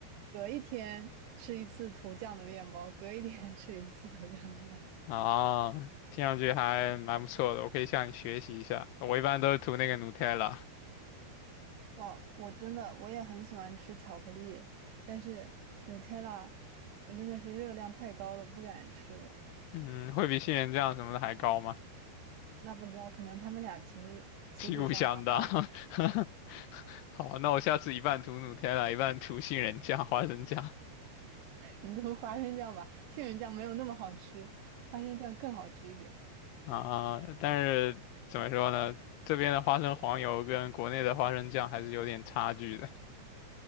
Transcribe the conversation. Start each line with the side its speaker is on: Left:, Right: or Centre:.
Right: 隔一天吃一次涂酱的面包，隔一天 <laughs> 吃一次涂酱的面包。
Left: 啊，听上去还蛮不错的，我可以向你学习一下。我一般都是涂那个 Nutella，
Right: 哇，我真的我也很喜欢吃巧克力，但是 Nutella 我真的是热量太高了，不敢吃。
Left: 嗯，会比杏仁酱什么的还高吗？
Right: 那不知道，可能他们俩其实旗鼓相当。
Left: 旗鼓相当。<laughs> 好，那我下次一半涂 Nutella，一半涂杏仁酱、花生酱
Right: 你都花生酱吧，杏仁酱没有那么好吃，花生酱更好吃一点。
Left: 啊。但是怎么说呢，这边的花生黄油跟国内的花生酱还是有点差距的。